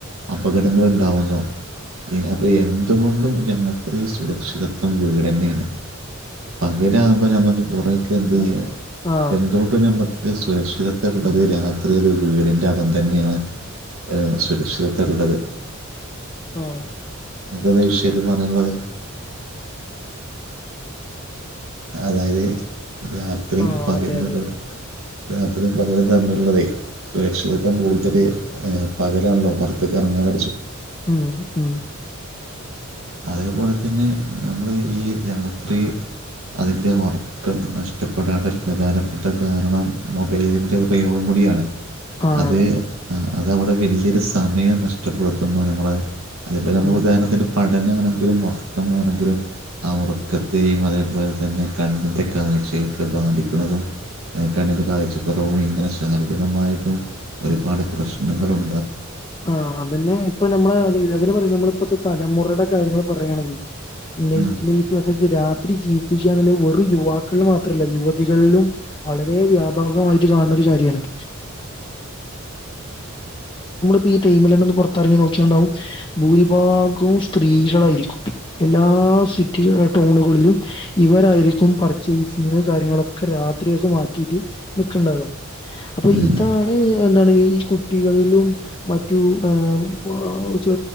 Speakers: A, on the right; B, on the left.
A: അപകടങ്ങള ഉണ്ടാവുന്നു അപ്പൊ എന്തുകൊണ്ടും ഞങ്ങത്ര സുരക്ഷിതത്വം വീട്ന്നെയാണ് പങ്കിട ആകുമ്പോ നമ്മുക്ക് കുറെക്കെ എന്ത് ചെയ്യ
B: ആ
A: എന്തുകൊണ്ടും നമ്മക്ക് സുരക്ഷിതത്വമുള്ള രാത്രി അത് വീടിന്റെ അകം തന്നെയാണ് സുരക്ഷിതത്തിലുള്ളത്
B: ആഹ്
A: <unintelligible> പറയാന്ള്ളത് അതായത് രാത്രീം
B: ആ
A: പകലും
B: അതെ അതെ
A: രാത്രിയും പകലും തമ്മിലുള്ളതെ സുരക്ഷിതത്വം കൂടുതൽ ഏഹ് പകലാണല്ലോ പൊറത്ത്ക്ക് ഇറങ്ങാന
B: മ് മ്
A: അതേപോലെ തന്നെ നമ്മള് ഈ രാത്രി അതിൻ്റെ ഒറക്കൊക്കെ നഷ്ടപ്പെടാന്ള്ള പ്രധാനപ്പെട്ട കാരണം മൊബൈലിൻ്റെ ഉപയോഗം കൂടിയാണ്
B: ആണാണ്
A: അത് അതവിടെ വലിയൊരു സമയം നഷ്ടപ്പെടുത്തുന്നു നമ്മളെ അതേപോെലെ
B: ഉം
A: ഉദാഹരണത്തിന് പ നാണെങ്കിലും ഉറക്കമാണെങ്കിലും ആ ഉറക്കത്തെയും അതേപോലെ തന്നെ കണ്ണിൻ്റെ കാഴ്ചയൊക്കെ ബാധിക്കണതും കണ്ണിന്റെ കാഴ്ചക്കുറവും ഇങ്ങനെ ശാരീരികമായിട്ടും ഒരുപാട് പ്രശ്നങ്ങളും
B: ആ അതന്നെ ഇപ്പൊ നമ്മള് അതിന് പറയുലെ നമ്മളിപ്പത്തെ തലമുറടെ കാര്യങ്ങൾ പറയാണെങ്കി നൈറ്റ്
A: ഉം
B: ലൈഫ് അതായത് രാ ഒത്തിരി ജീവിപ്പിക്കുക എന്ന വെറു യുവാക്കളിൽ മാത്രല്ല യുവതികളിലും വളരെ വ്യാപകമായിട്ട് കാണ <unintelligible> ഈ ടൈമിലെന്നെ ഒന്ന് പുറത്തിറങ്ങി നോക്കിയണ്ടാവും ഭൂരിഭാഗവും സ്ത്രീകളായിരിക്കും എല്ലാ അ സിറ്റികൾ ടൗണുകളിലും ഇവരായിരിക്കും പർച്ചേസിങ്ങ് കാര്യങ്ങളൊക്കെ രാത്രിയൊ <unintelligible> മാറ്റീട്ട് ന്ക്കണ്ടാക അപ്പൊ
A: ഉം
B: ഇതാണ് എന്താണ് ഈ കുട്ടികളിലും മറ്റു ഏഹ് ചെ